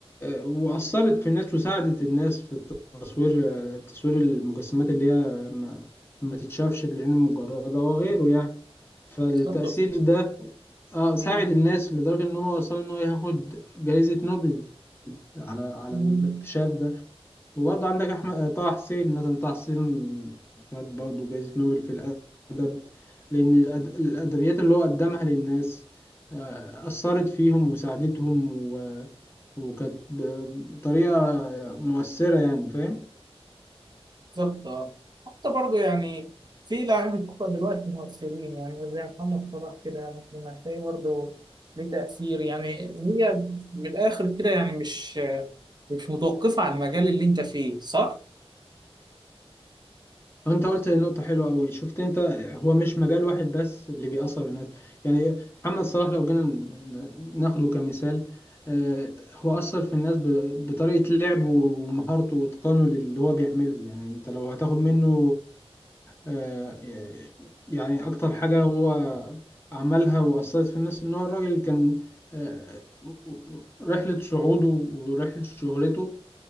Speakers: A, on the left; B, on the right.
A: وأثرت في الناس وساعدت الناس في التصوير تصوير المجسمات اللي هي ما, ما تتشافش بالعين المجردة وغيره يعني فالتأثير
B: بالظبط
A: ده آه، ساعد
B: مم.
A: الناس لدرجة إن هو وصل إن هو ياخد جائزة نوبل على على
B: مم.
A: الاكتشاف ده وبرضه عندك أحمد آه، طه حسين مثلا طه حسين خد برضه جايزة نوبل في الأدب لأن الأد- الأدبيات اللي هو قدمها للناس آه، أثرت فيهم وساعدتهم و... وكانت ب- بطريقة مؤثرة يعني فاهم؟
B: بالظبط آه. حتى برضه يعني في لاعيبة كورة دلوقتي مؤثرين يعني زي محمد صلاح كده مثلا هتلاقيه برضه ليه تأثير يعني هي من الآخر كده يعني مش مش متوقفة على المجال اللي أنت فيه صح؟
A: انت قلت نقطة حلوة قوي شفت انت هو مش مجال واحد بس اللي بيأثر الناس يعني محمد صلاح لو جينا ن- ناخده كمثال آه، هو أثر في الناس ب- بطريقة لعبه ومهارته وإتقانه للي هو بيعمله يعني انت لو هتاخد منه آه، يعني أكتر حاجة هو عملها وأثرت في الناس ان هو الراجل كان آه، رحلة صعوده ورحلة شهرته